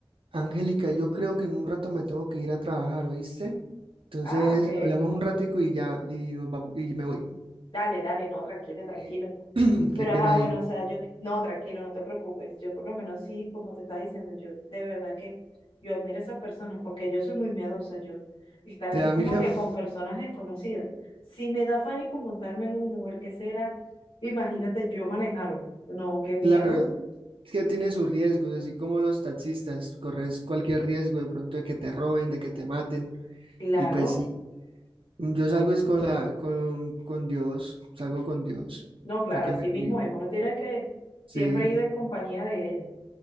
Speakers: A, on the right (about 75°); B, on the left (about 80°).
A: Angélica, yo creo que en un rato me tengo que ir a trabajar, ¿oíste? Entonces,
B: Ah, ok.
A: hablamos un ratico y ya, y nos vamos, y me voy.
B: Dale, dale, no, tranquilo, tranquilo.
A: Eh, <clears throat>
B: Pero
A: Qué pena
B: ajá, bueno,
A: ahí.
B: o sea, yo, no, tranquilo, no te preocupes. Yo por lo menos sí, como te estaba diciendo, yo de verdad que yo admiro a esas personas porque yo soy muy miedosa, yo estar
A: ¿Te
B: así
A: da
B: como
A: miedo?
B: que
A: <laughs>
B: con personas desconocidas. Si me da pánico montarme en un Uber, ¿qué será? Imagínate yo manejarlo. No, qué miedo.
A: Claro, es que tiene sus riesgos, así como los taxistas, corres cualquier riesgo de pronto de que te roben, de que te maten.
B: Claro,
A: Y pues sí, yo
B: no,
A: salgo es con la, con, con Dios, salgo con Dios,
B: no, claro,
A: para que
B: así
A: me
B: mismo
A: cuide.
B: es. Uno tiene que
A: Sí,
B: siempre ir en compañía de ellos.